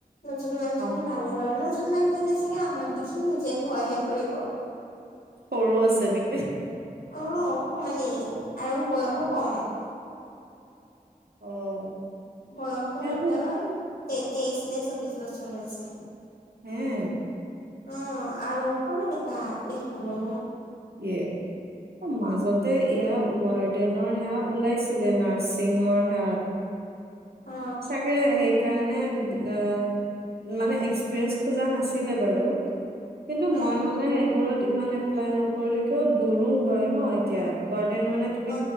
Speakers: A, on the left; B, on the right.
A: নতুন মেম
B: অ',
A: জনি ভালেই বাৰু, নতুন মেম জনি চাগে আমাক দেখি নিজে ভয়ে কৰিব।
B: সৰু আছে নেকি?
A: অ', অকমানি আৰু বয়সো ক'ম।
B: অ'।
A: বয়সো
B: ইয়াতো
A: মাত্ৰ তে-তেইশ নে চবিশ বছৰ হৈছে।
B: হে?
A: অ', আৰু অকমানিকা দেখিবলৈও।
B: ইয়ে। মাজতে ইয়াৰ ৱাৰ্ডেনৰ সেয়া ওলাইছিলে, নাৰ্ছিঙৰ হেয়া <inaudible>
A: অ
B: তাকে সেইকাৰণে আহ, মানে এক্সপিৰিয়েঞ্চ খোজা নাছিলে বাৰু। কিন্তু
A: উম
B: মই মানে সেইবোৰত ইমান, এপ্লাই নকৰো তো, দূৰো হয় ন, এতিয়া ৱাৰ্ডেন মানে তুমি,
A: অ